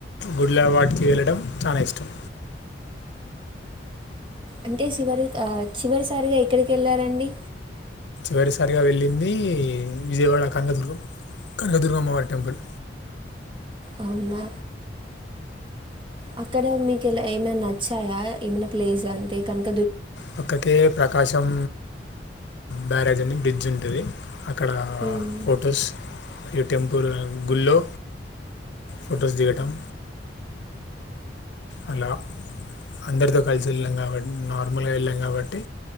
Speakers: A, on the left; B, on the right.
A: గుడిల వాటికి వెళ్ళడం చాలా ఇష్టం
B: అంటే చివరి చివరిసారిగా ఎక్కడికి వెళ్ళారండి
A: చివరిసారిగా వెళ్ళింది విజయవాడ కనకదుర్గం కనకదుర్గమ్మవారి టెంపుల్
B: అవునా అక్కడ మీకులా ఏమైనా నచ్చాయా ఏమైనా ప్లేస్ అంటే కాను
A: పక్కకే ప్రకాశం బ్యారేజ్ అని బ్రిడ్జ్ ఉంటుది అక్కడ
B: మ్మ్.
A: ఫొటోస్ ఈ టెంపుల్ గుల్లో ఫొటోస్ దిగటం అలా అందరితో కలిసి వెళ్ళాం కాబట్టి నార్మల్గా వెళ్ళాం కాబట్టి